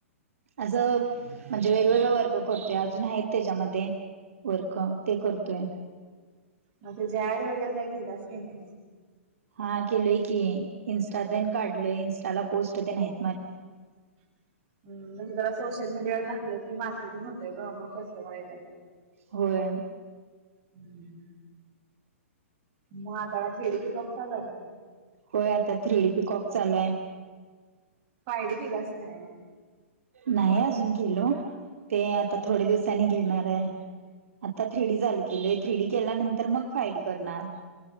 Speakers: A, on the right (about 75°); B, on the right (about 40°).
A: असं म्हणजे वेगवेगळ वर्क करतोय अजून आहेत त्याच्यामध्ये वर्क ते करतोय.
B: म त्याची ऍड वगैरे काय केल्यास की नाही.
A: हा केलोय की इन्स्टा तेन काढलोय इंस्टाला पोस्ट तेन हैत.
B: <unintelligible> हम्म म्हणजे जरा सोशल मीडियावर टाकलं की मार्केटिंग होतय ग मग कस्टमर येत्यात.
A: होय
B: हम्म मग आता काय थ्री डी पीकॉक चालू हाय
A: होय आता थ्री डी पीकॉक चालू हाय
B: फायडी केलास काय नाही?
A: नाही अजून केलो, ते आता
B: हम्म
A: थोडया दिवसांनी घेणार हाय. आता थ्रीडी चालू केलय, थ्रीडी केल्यानंतर मग फाईडी करणार.